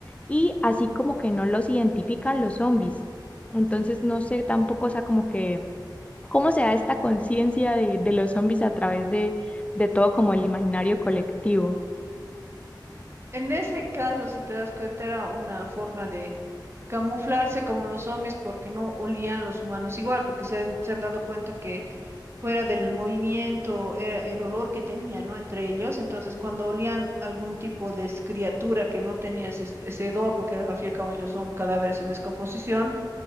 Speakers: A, on the left (about 15°); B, on the right (about 35°).
A: y así como que no los identifican los zombies. Entonces no sé tampoco, o sea, como que cómo se da esta conciencia de, de los zombies a través de, de todo como el imaginario colectivo.
B: En ese caso, si te das cuenta, era una forma de camuflarse como los zombies porque no olían los humanos igual, porque se han, se han dado cuenta que fuera del movimiento era el olor que tenían, ¿no? Entre ellos, entonces cuando olían algún tipo de criatura que no tenía ese, ese hedor, porque al fin y al cabo ellos son cadáveres en descomposición,